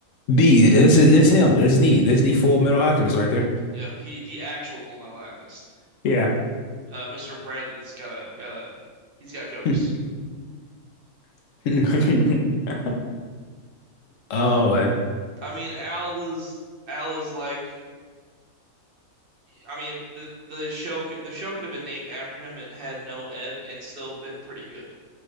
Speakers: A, on the left (about 65°); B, on the right (about 40°).
A: B, this is this him. This is D. This is the Full Metal Alchemist right there.
B: Yep, he the actual Full Metal Alchemist.
A: Yeah.
B: uh, Mr. Bradley's got a got a he's got jokes.
A: <laughs> Mm-hmm. <laughs> Oh, man.
B: I mean, Al is Al is like I mean the the show the show could have been named after him and had no Ed and still been pretty good.